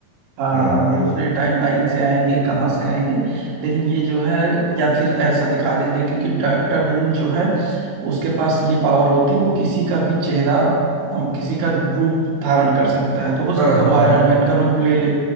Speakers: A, on the right (about 65°); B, on the right (about 45°).
A: हाँ
B: हाँ
A: हाँ
B: हाँ
A: दूसरे
B: हाँ
A: टाइम लाइन से आएंगे कहाँ से आएंगे लेकिन ये जो है या फिर ऐसा दिखा देंगे क्योंकि डॉक्टर डूम जो है उसके पास ये पावर होती वो किसी का भी चेहरा अम, किसी का रूप धारण कर सकता है तो हो सकता
B: हाँ हाँ
A: है वो आयरन
B: हाँ
A: मैन का रूप ले ले